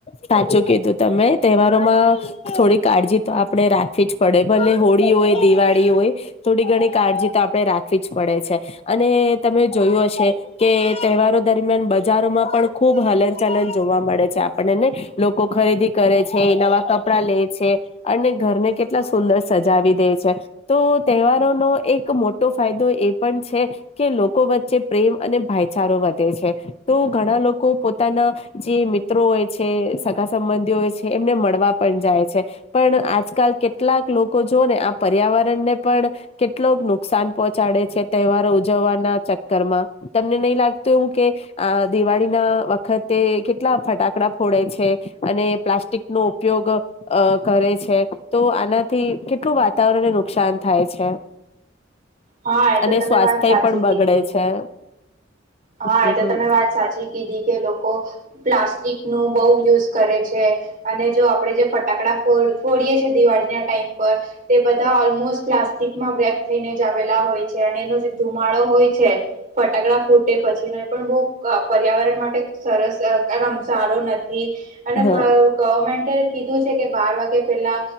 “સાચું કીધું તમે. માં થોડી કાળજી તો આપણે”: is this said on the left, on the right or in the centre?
Left